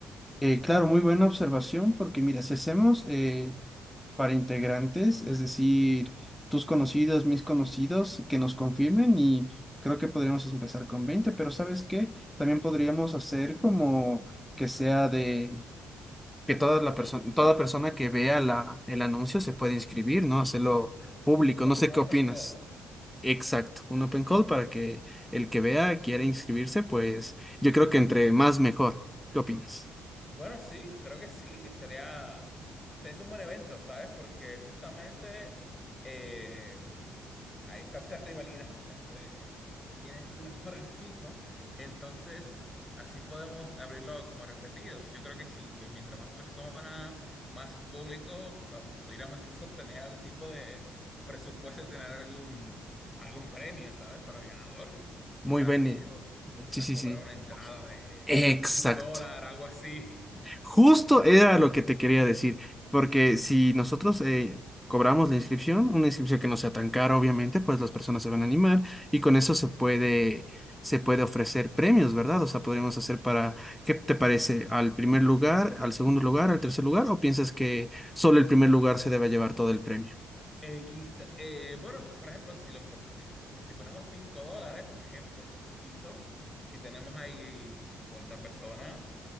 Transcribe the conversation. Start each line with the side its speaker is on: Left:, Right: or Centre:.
Centre: Eh, claro, muy buena observación, porque mira, si hacemos eh, para integrantes, es decir, tus conocidos, mis conocidos, que nos confirmen y creo que podríamos empezar con 20 pero ¿sabes qué? También podríamos hacer como que sea de que toda la persona, toda persona que vea la, el anuncio se puede inscribir, ¿no? Hacerlo público,
Left: Mm, como
Centre: no sé
Left: un open
Centre: qué opinas.
Left: call.
Centre: Exacto, un open call para que el que vea quiera inscribirse, pues yo creo que entre más mejor. ¿Qué opinas?
Left: Bueno, sí, creo que sí, sería, es un buen evento, ¿sabes? Porque justamente eh, ahí está esa rivalidad <laughs> entre quién es el mejor en FIFA, entonces así podemos abrirlo como referidos. Yo creo que sí, que mientras más personas, más público, pa- pudiéramos incluso tener algún tipo de presupuesto, y tener algún, algún premio, ¿sabes? Para el ganador. O
Centre: Muy
Left: sea,
Centre: bien.
Left: qué sé
Centre: eh,
Left: yo, quizá
Centre: Sí, sí,
Left: cobrar
Centre: sí.
Left: una entrada de
Centre: Exacto.
Left: un dólar, algo así.
Centre: Justo era lo que te quería decir, porque si nosotros eh, cobramos la inscripción, una inscripción que no sea tan cara, obviamente, pues las personas se van a animar y con eso se puede, se puede ofrecer premios, ¿verdad? O sea, podríamos hacer para, ¿qué te parece? ¿Al primer lugar, al segundo lugar, al tercer lugar? ¿O piensas que solo el primer lugar se debe llevar todo el premio?
Left: Eh, quizá- eh, bueno, por ejemplo, si, lo, pon- eh, si ponemos 5 dólares, por ejemplo, que es poquito, si tenemos ahí 50 personas,